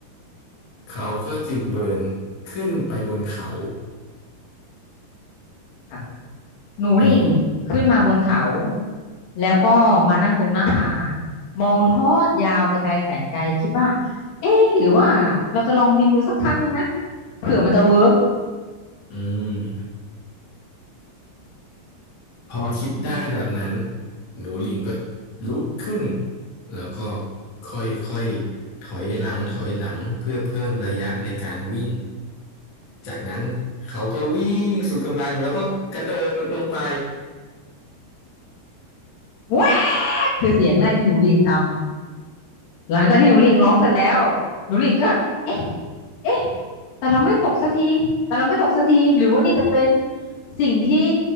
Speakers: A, on the left; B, on the left.
A: เขาก็จึงเดินขึ้นไปบนเขา
B: ะ หนูหลิ่งขึ้นมาบนเขา
A: อืม
B: แล้วก็มานั่งตรงหน้าผามองทอดยาวไปไกลแสนไกลคิดว่าเอ๊ะหรือว่าเราจะลองบินดูสักครั้งหนึ่งนะเผื่อมันจะเวิร์ก
A: อืม พอคิดได้แบบนั้นหนูลิงก็ลุกขึ้นแล้วก็ค่อยๆถอยหลังถอยหลังเพื่อเพิ่มระยะในการวิ่งจากนั้นเขาก็วิ่งสุดกำลังแล้วก็กระโดดลงไป
B: แวกคือเสียงแรกที่หนูหลิ่งทำหลังจากที่หนูหลิ่งร้องเสร็จแล้วหนูหลิ่งก็เอ๊ะเอ๊ะแต่เราไม่ตกสักทีแต่เราไม่ตกสักทีหรือว่านี่จะเป็นสิ่งที่